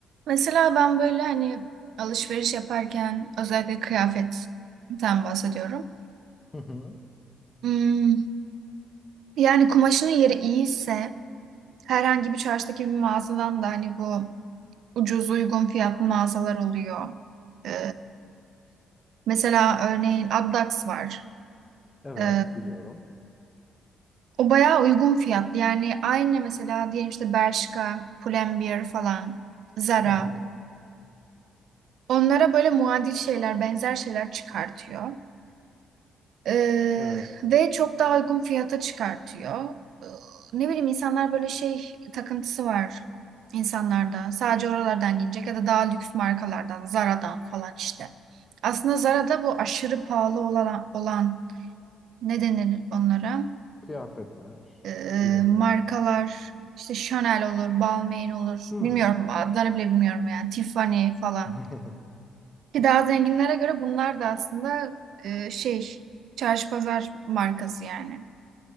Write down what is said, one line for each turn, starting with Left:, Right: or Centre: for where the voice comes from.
Right: Mesela ben böyle hani alışveriş yaparken özellikle kıyafetten bahsediyorum.
Left: Hı hı.
Right: Hmm, yani kumaşının yeri iyiyse herhangi bir çarşıdaki bir mağazadan da hani bu ucuz uygun fiyatlı mağazalar oluyor. Ee, mesela örneğin Addax var.
Left: Evet,
Right: Ee,
Left: biliyorum.
Right: o bayağı uygun fiyatlı. Yani aynı mesela diyelim işte Bershka, Pull&Bear falan, Zara.
Left: Hı hı.
Right: Onlara böyle muadil şeyler, benzer şeyler çıkartıyor. Ee,
Left: Evet.
Right: ve çok daha uygun fiyata çıkartıyor. Ee, ne bileyim insanlar böyle şey takıntısı var insanlarda. Sadece oralardan gelecek ya da daha lüks markalardan, Zara'dan falan işte. Aslında Zara'da bu aşırı pahalı olan, olan ne denir onlara?
Left: Kıyafetler,
Right: Ee,
Left: ürünler.
Right: markalar işte Chanel olur, Balmain olur.
Left: Hmm.
Right: Bilmiyorum adlarını bile bilmiyorum yani. Tiffany falan.
Left: <laughs>
Right: Ki daha zenginlere göre bunlar da aslında e, şey çarşı pazar markası yani.